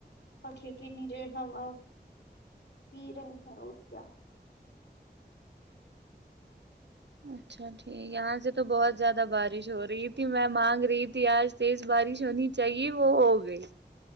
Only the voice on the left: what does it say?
پنکھے کے نیچے ہوا پی رہے ہیں اور کیا